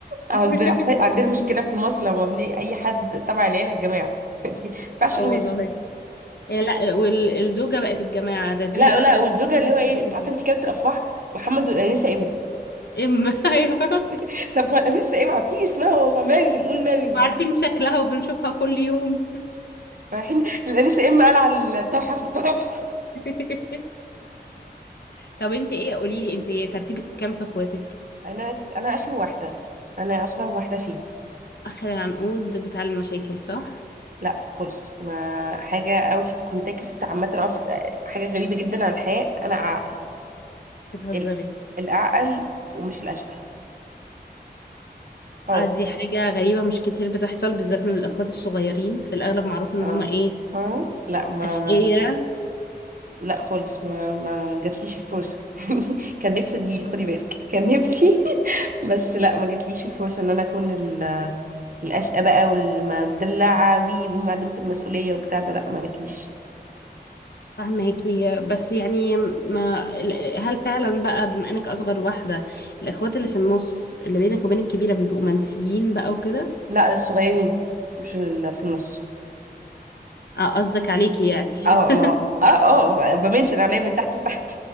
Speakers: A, on the right; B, on the left.
A: عند-
B: <laughs>
A: عندنا مشكلة في مصر لما بني أي حد تبع العيلة الجماعة <laughs> ما ينفعش
B: اه
A: نقول
B: والله
A: اسم
B: إيه لا والزوجة بقت الجماعة ده دي
A: لا
B: أكتر
A: لا والزوجة
B: حاجة مستفزة
A: اللي هو ايه عارفة انت كابتن الأفراح محمد والأنسة إم
B: ام <laughs> ايوه
A: <laughs> طب ما الأنسة إم عارفين اسمها والله مريم قول مريم
B: عارفين شكلها وبنشوفها كل يوم
A: رايحين الأنسة إم قال على الطرحة في الطرح <laughs>
B: <laughs> طب انت ايه قولي لي انت إيه، ترتيبك الكام في اخواتك
A: أنا أنا آخر واحدة أنا أصغر واحدة فيهم
B: اخر العنقود بتاع المشاكل صح
A: لا خالص ما حاجة اوت اوف كونتكست عامة أو في- حاجة غريبة جدا عن الحياة أنا عقل
B: بتهزري
A: ال- الأعقل ومش الأشقى اه
B: اه دي حاجة غريبة مش كتير بتحصل بالذات من الاخوات الصغيرين في الاغلب معروف ان
A: اه
B: هما ايه
A: ها لا ما
B: اشقية
A: لا خالص ما ما جاتليش الفرصة <laughs> كان نفسي تجيلي خدي بالك كان نفسي <laughs> بس لا ما جاتليش الفرصة ان انا اكون ال- الاشقى بقى والمدلعة وي ومعلمة المسؤولية وبتاع ده لا ما جاتليش
B: فهماكي بس يعني ما هل فعلا بقى بما انك اصغر واحدة الاخوات اللي في النص اللي بينك وبين الكبيرة بيبقوا منسيين بقى وكده
A: لا الصغيرين مش ال- في النص
B: اه قصدك عليكي يعني
A: اه
B: <laughs>
A: ما هو- اه اه بمنشن عليا من تحت لتحت